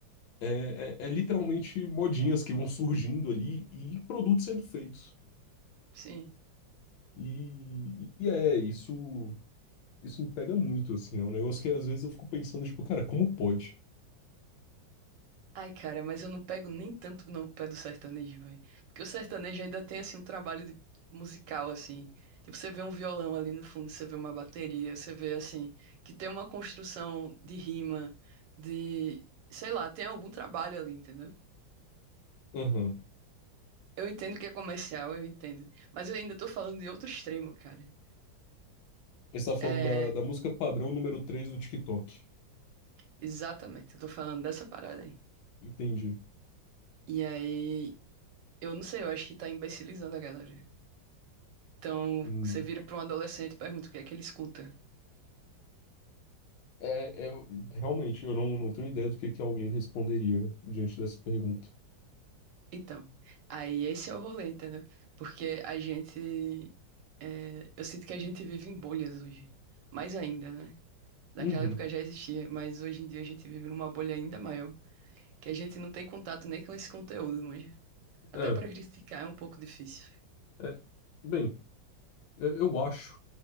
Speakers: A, on the left; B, on the right.
A: É, é- é literalmente modinhas que vão surgindo ali e produtos sendo feitos.
B: sim.
A: E, e é, isso, isso me pega muito, assim. É um negócio que às vezes eu fico pensando, tipo, cara, como pode?
B: Ai, cara, mas eu não pego nem tanto no pé do sertanejo, velho. Porque o sertanejo ainda tem, assim, um trabalho de- musical, assim. Tipo, você vê um violão ali no fundo, você vê uma bateria, você vê, assim, que tem uma construção de rima, de... Sei lá, tem algum trabalho ali, entendeu?
A: Aham.
B: Eu entendo que é comercial, eu entendo. Mas eu ainda tô falando de outro extremo, cara.
A: Você tá falando
B: É,
A: da, da música padrão número 3 do TikTok.
B: exatamente, eu tô falando dessa parada aí.
A: Entendi.
B: E aí, eu não sei, eu acho que tá imbecilizando a galera. Então,
A: Hum.
B: você vira pra um adolescente e pergunta o que é que ele escuta.
A: É, é- realmente, eu não, não tenho ideia do que, que alguém responderia diante dessa pergunta.
B: Então, aí esse é o rolê, entendeu? Porque a gente. é, eu sinto que a gente vive em bolhas hoje. Mais ainda, né? Naquela
A: Uhum.
B: época já existia, mas hoje em dia a gente vive numa bolha ainda maior, que a gente não tem contato nem com esse conteúdo, manja. Até
A: É,
B: para criticar é um pouco difícil.
A: é, bem, eu eu acho